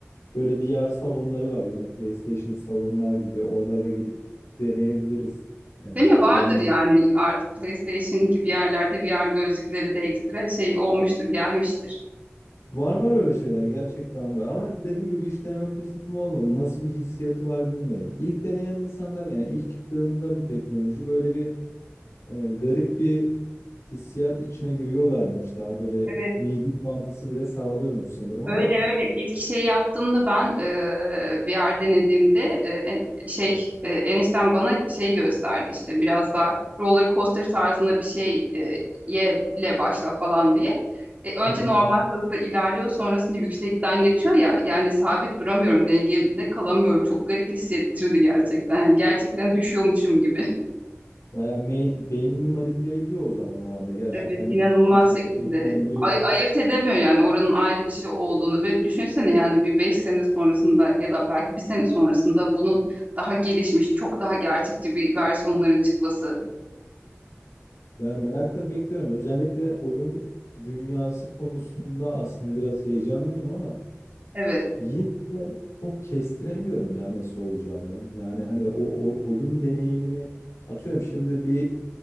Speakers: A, on the left (about 85°); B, on the right (about 30°).
A: böyle VR salonları var yine PlayStation salonlar gibi. Oralara gidip deneyebiliriz. Ee,
B: Değil mi? Vardır
A: den-
B: yani artık PlayStation gibi yerlerde VR gözlükleri de ekstra şey olmuştur, gelmiştir.
A: var var öyle şeyler gerçekten var. Ama dediğim gibi hiç deneme fırsatım olmadı. Nasıl bir hissiyatı var bilmiyorum. İlk deneyen insanlar yani ilk çıktığında bu teknoloji böyle bir e, garip bir hissiyat içine giriyorlarmış. Daha böyle
B: Evet.
A: mide bulantısı bile sağlıyormuş sanırım ama
B: Öyle öyle ilk şey yaptığımda ben e, bir yer denediğimde e, en- şey e, enişten bana şey gösterdi işte biraz daha roller coaster tarzında bir şey e, ye ile başla falan diye. E, önce
A: Hı hı.
B: normal hızda ilerliyor sonrasında yüksekten geçiyor ya yani sabit duramıyorum dengemde kalamıyorum çok garip hissettirdi gerçekten yani gerçekten düşüyormuşum gibi.
A: bayağı me- beynini manipüle ediyor o zaman o anda gerçekten
B: Evet inanılmaz
A: gerçekten
B: şekilde
A: gerçekleştiriyor.
B: ay- ayırt edemiyor yani oranın ayrı bir şey olduğunu ve düşünsene yani bir beş sene sonrasında ya da belki bir sene sonrasında bunun daha gelişmiş çok daha gerçekçi bir versiyonların çıkması.
A: Yani merakla bekliyorum. Özellikle oyun dünyası konusunda aslında biraz heyecanlıyım ama
B: Evet.
A: Yine de çok kestiremiyorum ya nasıl olacağını. Yani hani o, o oyun deneyimini atıyorum şimdi bir